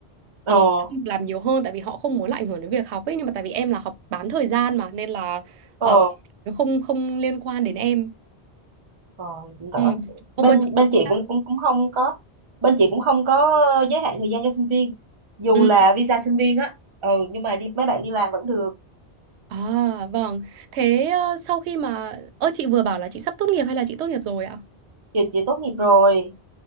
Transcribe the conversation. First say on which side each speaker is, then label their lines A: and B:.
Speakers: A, on the right; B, on the right.
A: ờ
B: Ờ, làm nhiều hơn tại vì họ không muốn lại ảnh hưởng đến việc học ấy nhưng mà tại vì em là học bán thời gian mà nên là ờ,
A: ờ
B: nó không không liên quan đến em.
A: ờ cũng đỡ
B: Ừ. Ô
A: bên
B: còn chị
A: bên
B: thì
A: chị
B: sao?
A: cũng cũng cũng không có bên chị cũng không có giới hạn thời gian cho sinh viên dù
B: Ừ.
A: là visa sinh viên á ừ nhưng mà đi mấy bạn đi làm vẫn được
B: À vâng. Thế ờ, sau khi mà ơ chị vừa bảo là chị sắp tốt nghiệp hay là chị tốt nghiệp rồi ạ?
A: chị chị tốt nghiệp rồi